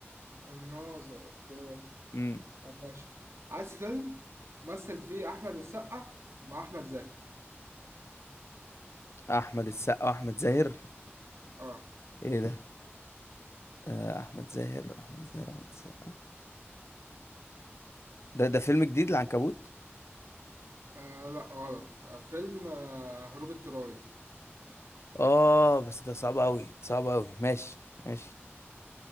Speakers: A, on the right; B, on the left.
A: الناظر أوكي
B: امم
A: طب ماشي عايز فيلم مثل فيه أحمد السقا مع أحمد زاهر
B: احمد السقا احمد زاهر
A: اه
B: ايه ده آه احمد زاهر احمد زاهر احمد السقا ده ده فيلم جديد العنكبوت
A: آه لا غلط آه فيلم آه هروب اضطراري
B: اه بس ده صعب قوي صعب قوي ماشي ماشي